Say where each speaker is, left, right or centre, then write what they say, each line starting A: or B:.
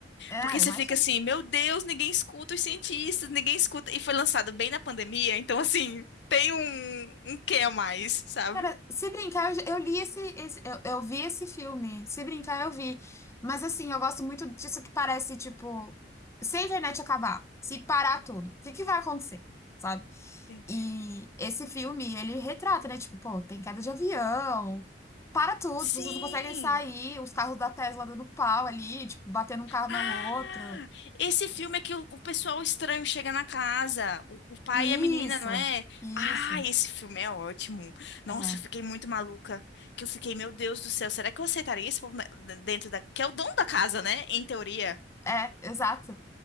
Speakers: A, on the left (about 15°); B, on the left (about 70°).
A: É,
B: Porque você
A: imagina.
B: fica assim, meu Deus, ninguém escuta os cientistas, ninguém escuta. E foi lançado bem na pandemia, então, assim, tem um, um quê a mais, sabe?
A: Cara, se brincar, eu, já- eu li esse, esse- eu, eu vi esse filme. Se brincar, eu vi. Mas assim, eu gosto muito disso que parece, tipo, se a internet acabar, se parar tudo, o que que vai acontecer? Sabe?
B: Sim.
A: E esse filme, ele retrata, né? Tipo, pô, tem queda de avião, para tudo, as
B: Sim.
A: pessoas não conseguem sair, os carros da Tesla dando pau ali, tipo, batendo um carro no
B: Ah,
A: outro.
B: esse filme é que o, o pessoal estranho chega na casa, o, o pai
A: Isso,
B: e a menina, não é?
A: isso.
B: Ah, esse filme é ótimo. Nossa,
A: É.
B: eu fiquei muito maluca. Que eu fiquei, meu Deus do céu, será que eu aceitaria esse povo na- dentro da. Que é o dono da casa, né? Em teoria.
A: É, é, exato.